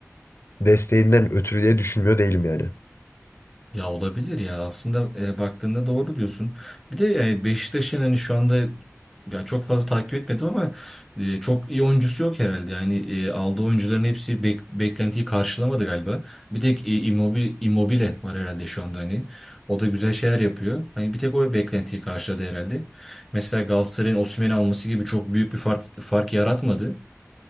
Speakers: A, on the left (about 55°); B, in the centre.
A: desteğinden ötürü diye düşünmüyor değilim yani.
B: Ya olabilir ya aslında e, baktığında doğru diyorsun. Bir de yani Beşiktaş'ın hani şu anda ya çok fazla takip etmedim ama e, çok iyi oyuncusu yok herhalde. Yani e, aldığı oyuncuların hepsi bek- beklentiyi karşılamadı galiba. Bir tek e, Immobile, Immobile var herhalde şu anda hani. O da güzel şeyler yapıyor. Hani bir tek o beklentiyi karşıladı herhalde. Mesela Galatasaray'ın Osimhen'i alması gibi çok büyük bir fark, fark yaratmadı.